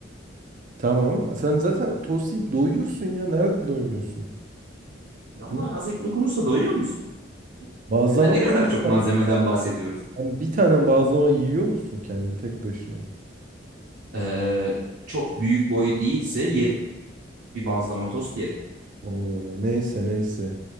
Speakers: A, on the right (about 45°); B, on the right (about 70°).
A: Tamam. Sen zaten tost yiyip doyuyorsun ya. Nerede doymuyorsun?
B: Ama
A: Ne?
B: az ekmek olursa doyuyor musun?
A: Bazlama
B: Ya da ne kadar
A: da mı?
B: çok
A: tane.
B: malzemeden bahsediyoruz?
A: bir tane bazlama yiyor musun kendin tek başına?
B: Ee, çok büyük boy değilse yerim. Bir bazlama tost yerim.
A: Oo, neyse neyse.